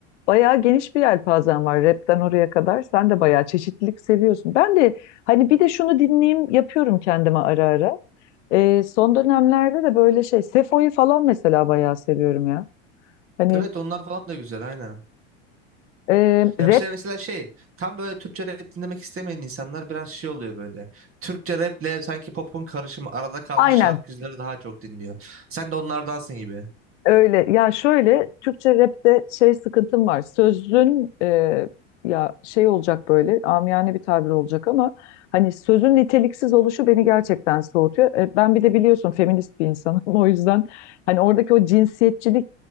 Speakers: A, on the left (about 75°); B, on the right (about 35°).
A: bayağı geniş bir yelpazen var rapten oraya kadar. Sen de bayağı çeşitlilik seviyorsun. Ben de hani bir de şunu dinleyeyim yapıyorum kendime ara ara. Ee, son dönemlerde de böyle şey Sefo'yu falan mesela bayağı seviyorum ya. Hani
B: Evet onlar falan da güzel aynen.
A: e,
B: Ya
A: rap
B: işte mesela şey tam böyle Türkçe rap dinlemek istemeyen insanlar biraz şey oluyor böyle. Türkçe raple sanki popun karışımı arada kalmış
A: aynen
B: şarkıcıları daha çok dinliyor. Sen de onlardansın gibi.
A: Öyle ya şöyle Türkçe rapte şey sıkıntım var. Sözün e, ya şey olacak böyle amiyane bir tabir olacak ama hani sözün niteliksiz oluşu beni gerçekten soğutuyor. E, ben bir de biliyorsun feminist bir insanım <laughs> o yüzden hani oradaki o cinsiyetçilik